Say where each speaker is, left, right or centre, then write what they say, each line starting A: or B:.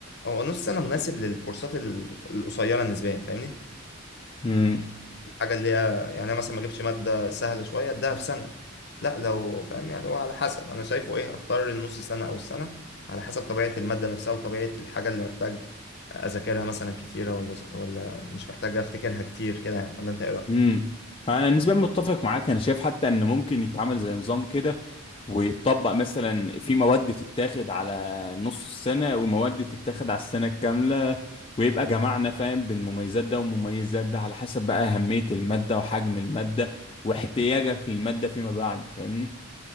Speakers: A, on the left (about 55°); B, on the left (about 25°).
A: هو نص سنة مناسب للكورسات ال- القصيرة نسبيا فاهمني؟
B: امم
A: الحاجة اللي هي يعني أنا مثلا ما اجيبش مادة سهلة شوية اديها في سنة لا لو فاهم يعني هو على حسب انا شايفه ايه اختار النص سنة او السنة على حسب طبيعة المادة نفسها وطبيعة الحاجة اللي محتاج اذاكرها مثلا كتيرة ولا ولا مش محتاج افتكرها كتير كده يعني ولا انت ايه رأيك
B: امم انا نسبيا متفق معاك انا شايف حتى ان ممكن يتعمل زي نظام كده ويتطبق مثلا في مواد تتاخد على نص السنة ومواد تتاخد على السنة الكاملة ويبقى جمعنا فاهم بين مميزات ده ومميزات ده على حسب بقى أهمية المادة وحجم المادة واحتياجك للمادة فيما بعد فاهمني